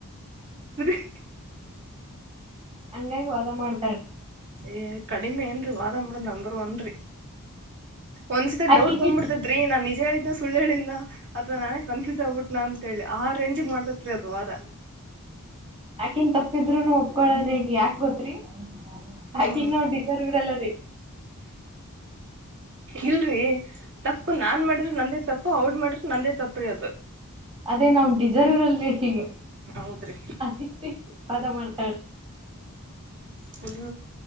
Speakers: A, on the right (about 55°); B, on the right (about 25°).
A: ಹ
B: ಹಂಗಾಗಿ ವಾದ ಮಾಡ್ತಾಳೆ
A: ಏ ಕಡಿಮೆ ಏನು ರೀ ವಾದಂಬಡ ನಂಬರ್ ಒನ್ ರೀ ಒಂದ್ಸಿತ
B: ಆಕಿಗಿ
A: ಡೌಟ್ ಬಂದ್ಬಿಡ್ತದ್ರಿ ನ ನಿಜ ಹೇಳಿದ್ ಸು ಹೇಳಿಂದನ ಅಥವಾ ನಾನೇ ಕನ್ಫ್ಯೂಸ್ ಆಗ್ಬಿಟ್ನನಾ ಅಂತ ಹೇಳಿ ಆ ರೇಂಜಿಿಗೆ ಮಾಡ್ತತ್ ರರಿ ಅದು ಅದ
B: ಯಾಕಿನ್ ತಪ್ಪಿದ್ರುನು ಒಪ್ಕೊಳಲ್ರಿಗ ಯಾಕಕ್ ಗೊತ್್ರರಿ
A: ಹ್ಮ್
B: ಹಾಕಿಗ್ ನಾವವು ಡಿಸರ್ವಿರಲ್ಲರಿೀ
A: ಇಲ್ರಿ ತಪ್ಪು ನಾನ್ ಮಾಡ್ರರು ನಂದೇ ತಪ್ಪು ಅವ್ಡ್ ಮಾಡ್ರರು ನಂದೇ ತಪ್ಪ್ರೀ ಅದು
B: ಅದೇ ನಾವವು ಡಿಸರ್ ಇರಲ್ರಿ ಹೀಗೆ
A: ಹೌದ್ರಿ
B: ಅದಕ್ಕೆ ಪಾದ ಮಾಡ್ತಾಳಿ
A: ಫುಲ್